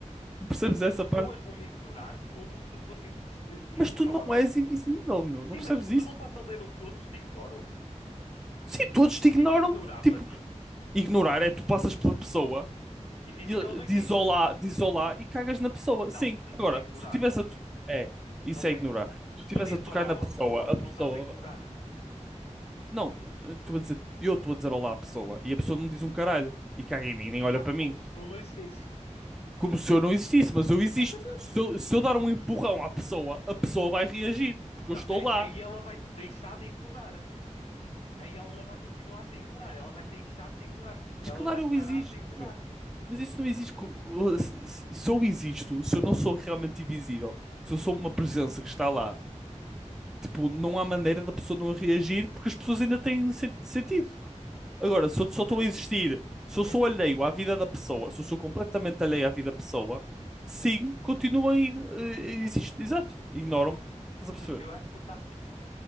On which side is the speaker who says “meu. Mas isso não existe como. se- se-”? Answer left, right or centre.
Centre